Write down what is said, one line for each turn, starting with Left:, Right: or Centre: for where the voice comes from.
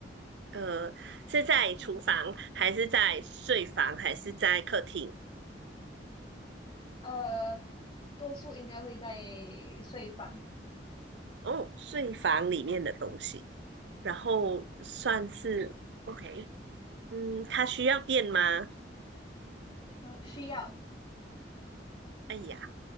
Right: 呃，是在厨房，还是在睡房，还是在客厅？
Left: 呃，多数应该会在睡房，
Right: 哦，睡房里面的东西，然后算是 OK。嗯，它需要电吗？
Left: 呃，需要，
Right: 哎呀，